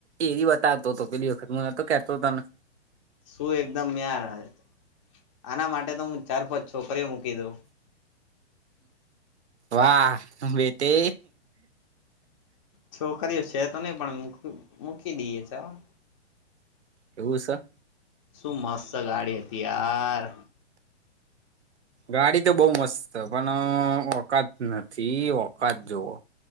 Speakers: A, on the right; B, on the left.
A: એવી વાત આવતો હતો પેલી વખત હું નોતો કેતો હતો તને
B: શું એકદમ <unintelligible> આના માટે તો હું ચાર પાંચ છોકરીઓ મૂકી દઉં.
A: વાહ બેટે
B: છોકરીઓ છે તો નહી પણ મૂકી દઈએ ચાલોને.
A: એવું છે.
B: શું મસ્ત ગાડી હતી યાર,
A: ગાડી તો બહુ મસ્ત છે પણ ઓકાત નથી ઓકાત જોવો.